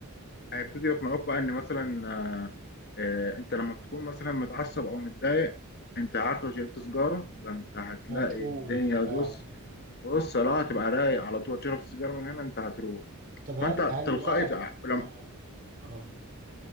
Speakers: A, on the left (about 50°); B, on the right (about 40°).
A: هيبتدي يقنعوك بقى ان مثلا آه آه انت لما بتكون مثلا متعصب او متضايق انت عارف لو شربت سجاره ده انت هتلاقي
B: هتروح
A: الدنيا
B: بتاع
A: بص بص لا هتبقى رايق على طول تشرب السيجاره من هنا انت هتروق
B: طب هل
A: فانت
B: هل
A: تلقائي
B: بقى
A: تع- لما
B: اه اه